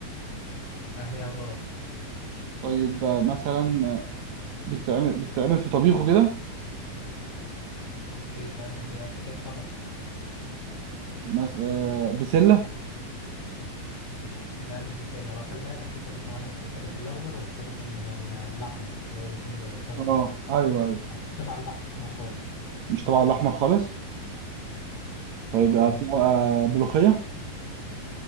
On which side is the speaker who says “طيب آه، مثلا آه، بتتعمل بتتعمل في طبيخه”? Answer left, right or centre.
Right